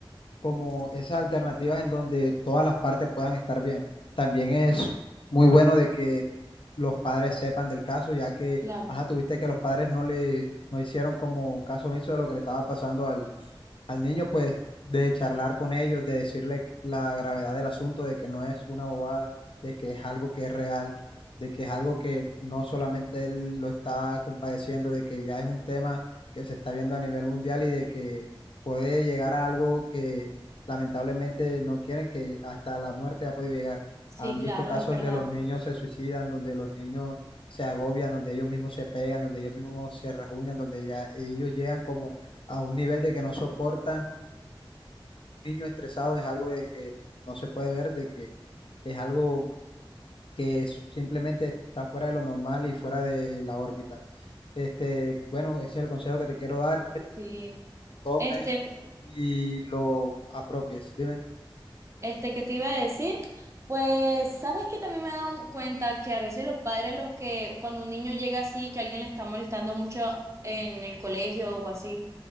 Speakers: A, on the left; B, on the right.
A: como esas alternativas en donde todas las partes puedan estar bien. También es muy bueno de que los padres sepan del caso, ya que,
B: claro.
A: ajá, tuviste que los padres no le, no hicieron como caso omiso de lo que le estaba pasando al, al niño, pues, de charlar con ellos, de decirle la gravedad del asunto, de que no es una bobada, de que es algo que es real, de que es algo que no solamente él lo está compadeciendo, de que ya es un tema que se está viendo a nivel mundial y de que puede llegar a algo que lamentablemente no quieren, que hasta la muerte ha podido llegar.
B: Sí,
A: Han
B: claro,
A: visto casos
B: es verdad.
A: donde los niños se suicidan, donde los niños se agobian, donde ellos mismos se pegan, donde ellos mismos se rajuñan, donde ya ellos llegan como a un nivel de que no soportan. niños estresados es algo de que no se puede ver, de que es algo que es- simplemente está fuera de lo normal y fuera de la órbita. Este, bueno, ese es el consejo que te quiero dar, que
B: Sí.
A: tomes
B: Este,
A: y lo apropies. Dime.
B: Este, ¿qué te iba a decir? Pues, ¿sabes que también me he dado cuenta que a veces los padres, los que cuando un niño llega así, que alguien le está molestando mucho en el colegio o así,